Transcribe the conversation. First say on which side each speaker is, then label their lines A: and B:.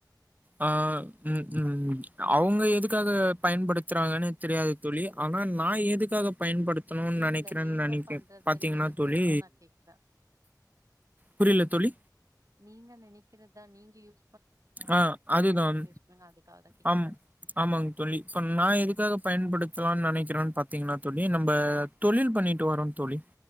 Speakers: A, on the right (about 25°); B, on the right (about 50°).
A: அ உம் உம் அவுங்க எதுக்காக பயன்படுத்துறாங்கன்னு தெரியாது தோழி ஆனா நா எதுக்காக பயன்படுத்தணும்னு
B: இல்லல்ல
A: நெனக்கிறேன்னு
B: நீங்க
A: நெனக்கே
B: பண்றதுன்னு
A: பாத்தீங்கன்னா
B: நெனைக்கிறது
A: தோழி
B: தான் நான் கேக்குறேன்.
A: புரியல தோழி
B: நீங்க நெனக்கிறதா நீங்கயும்
A: ஆ அதுதாம்
B: பண்ணுவீங்க. அதுக்காக தான் கேக்குறேன்.
A: ஆம் ஆமாங்க தோழி இப்ப நா எதுக்காக பயன்படுத்தலானு நெனைக்கிறன் பாத்தீங்கன்னா தோழி நம்ப தொழில் பண்ணிட்டு வரோந் தோழி